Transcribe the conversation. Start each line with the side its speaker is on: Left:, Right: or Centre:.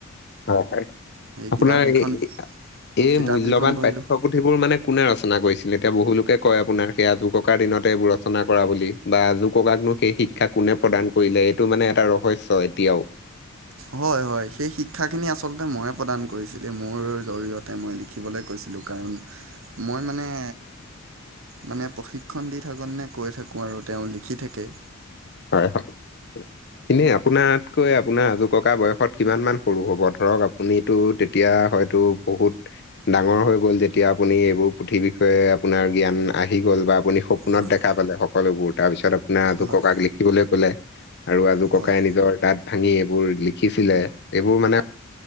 Left: হয়- হয়
Right: সেই
Left: আপোনাৰ
Right: কিতাপকেইখন
Left: এই -এই
Right: কিতাপকেইখন
Left: মূল্যবান
Right: পঢ়িলোঁ
Left: পাঠ্যক পুথিবোৰ মানে কোনে ৰচনা কৰিছিলে? এতিয়া বহুলোকে কয় আপোনাৰ সেই আজু ককাৰ দিনতে এইবোৰ ৰচনা কৰা বুলি বা আজুক ককাকনো সেই শিক্ষা কোনে প্ৰদান কৰিলে এইটো মানে এটা ৰহস্যয় এতিয়াও।
Right: হয়-হয় সেই শিক্ষাখিনি আচলতে মই প্ৰদান কৰিছিলে, মোৰ জৰিয়তে মই লিখিবলৈ কৈছিলোঁ কাৰণ মই মানে মানে প্ৰশিক্ষণ দি থাকননে কৈ থাকোঁ আৰু তেওঁ লিখি থাকে।
Left: হয় <unintelligible> এনেই আপোনাতকৈ আপোনাৰ আজো ককা বয়সত কিমান মান সৰু হ'ব? ধৰক আপুনিতো তেতিয়া হয়তো বহুত ডাঙৰ হৈ গ'ল যেতিয়া আপুনি এইবোৰ পুথিৰ বিষয়ে আপোনাৰ জ্ঞান আহি গ'ল বা বুলি সপোনত
Right: হয়
Left: দেখা পালে সকলোবোৰ তাৰপিছত আপোনাৰ আজু
Right: হয়
Left: ককাক লি <unintelligible> আৰু আজু
Right: হয়
Left: ককাই নিজৰ দাত ভাঙি এইবোৰ লিখিছিলে এইবোৰ মানে